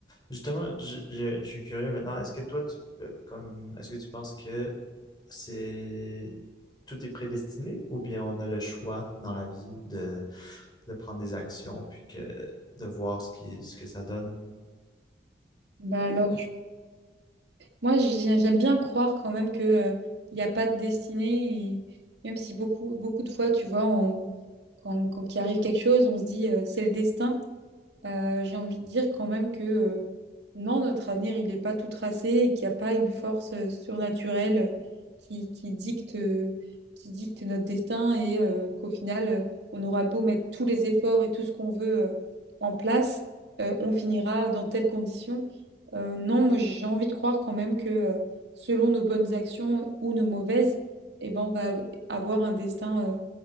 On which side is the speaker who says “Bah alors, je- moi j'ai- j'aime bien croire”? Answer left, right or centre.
Right